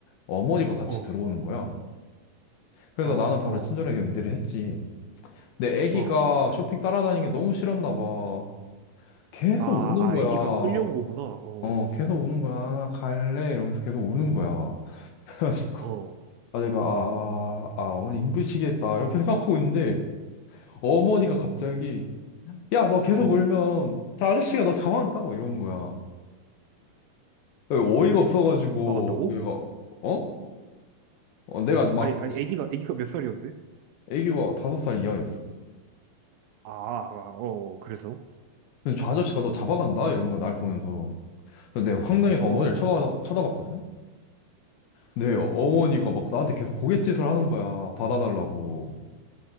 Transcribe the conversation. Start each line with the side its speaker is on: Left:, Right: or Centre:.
Left: 어머니가 같이
Right: 어,
Left: 들어오는 거야. 그래서
Right: 어,
Left: 나는 바로
Right: 어,
Left: 친절하게 응대를 했지. 근데 애기가
Right: 어.
Left: 쇼핑 따라다니는 게 너무 싫었나 봐. 계속
Right: 아,
Left: 우는
Right: 아,
Left: 거야.
Right: 애기가 끌려온 거구나. 어,
Left: 어, 계속 우는 거야. 갈래? 이러면서 계속 우는 거야. 그래가지고,
Right: 어,
Left: 아, 내가, 아, 아, 어머니 힘드시겠다. 이렇게 생각하고 있는데, 어머니가 갑자기, 야, 너 계속
Right: 어.
Left: 울면, 저 아저씨가 너 잡아간다? 막 이러는 거야. 예, 어이가 없어가지고,
Right: 도망간다고?
Left: 내가, 어? 어, 내가 막,
Right: 아니, 아니, 애기가, 아기가 몇 살이었는데?
Left: 애기가 다섯 살 이하였어.
Right: 아, 아, 어, 그래서?
Left: 근데 저 아저씨가 너 잡아간다? 이러는 거야, 날 보면서. 그래서 내가 황당해서 어머니를
Right: 어,
Left: 쳐다, 쳐다봤거든? 내 어머니가
Right: 어,
Left: 막 나한테 계속 고갯짓을 하는 거야. 받아달라고.